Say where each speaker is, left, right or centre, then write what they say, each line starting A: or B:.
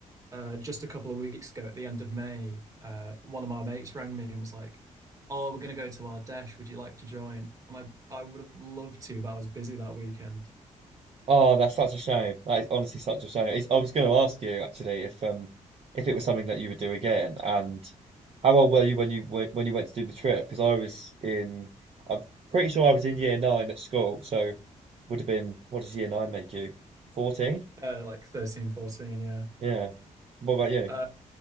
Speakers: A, on the right; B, on the right.
A: uh, just a couple of weeks ago at the end of May, uh, one of my mates rang me and was like, "Oh, we're gonna go to Ardèche. Would you like to join?" And I I would have loved to, but I was busy that weekend.
B: Oh, that's such a shame. That is honestly such a shame. It's, I was going to ask you actually if um if it was something that you would do again, and how old were you when you w when you went to do the trip? Because I was in, I'm pretty sure I was in year nine at school, so would have been what does year nine make you? 14?
A: Uh, like thirteen, fourteen. yeah.
B: Yeah. What about you?
A: Uh,